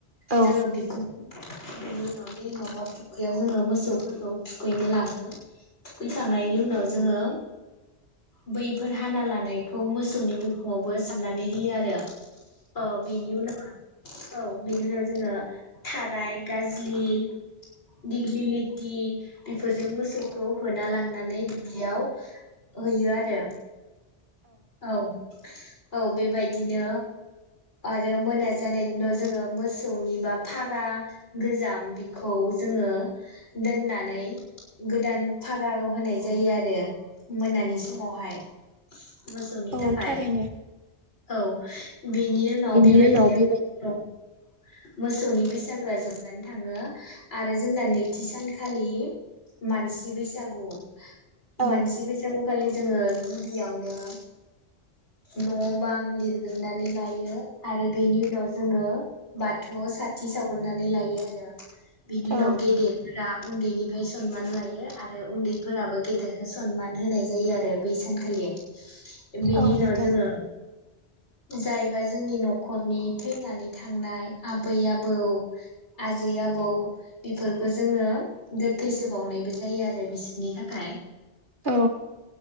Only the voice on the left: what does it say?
जोङो बि <inaudible> <unintelligible> दैमा बा फुख्रियाव जोङो मोसौफोरखौ थुखैनो लाङो थुखैखांनायनि उनाव जोङो बैफोर हाना लानायखौ मोसौनि बिखुङावबो सा नानै होयो आरो। औ बिनि उनाव औ बिनि उनाव जोङो थाराय गाज्लि दिग्लि लिटि बेफोरजों मोसौखौ होना लांनानै दुब्लियाव होयो आरो। औ औ बेबायदिनो आरो मोना जानायनि उनाव जोङो मोसौनि बा फागा गोजाम बेखौ जोङो दोननानै गोदान फागा होनाय जायो आरो मोनानि समावहाय। मोसौनि
थाखाय
औ बेनि उनाव बेबायदिनो
औ मोस सौनि बैसागोआ जोबनानै थाङो आरो जोंना नैथि सानखालि मानसि बैसागु
मानसि बैसागुखालि जोङो गिबियावनो न' बां लिरग्रोनानै लायो आरो बेनि उनाव जोङो बाथौ स थि सावग्रोनानै लायो आरो बिनि उनाव
गेदेरफोरा उन्दैनिफ्राय सनमान लायो आरो उन्दैफोराबो गेदेरखौ सनमान होनाय जायो आरो बै सानखालि। बिनि
उनाव
जोङो जायबा जोंनि नखरनि थैनानै थांनाय आबै आब बौ आजै आबौ बेफोरखो जोङो गोथैसोबावनायबो जायो आरो बिसोरनि थाखाय।